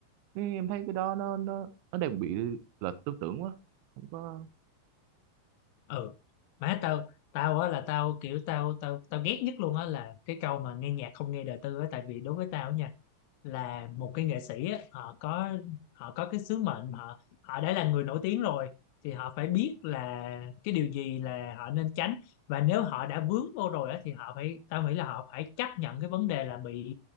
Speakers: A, on the right; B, on the left.
A: Thế em thấy cái đó nó nó nó đang bị lệch tư tưởng quá không có
B: ừ má tao tao á là tao kiểu tao tao tao ghét nhất luôn á là cái câu mà nghe nhạc không nghe đời tư á tại vì đối với tao nha là một cái nghệ sĩ á, họ có họ có cái sứ mệnh họ họ đã là người nổi tiếng rồi thì họ phải biết là cái điều gì là họ nên tránh và nếu họ đã vướng vô rồi á, thì họ phải tao nghĩ là họ phải chấp nhận cái vấn đề là bị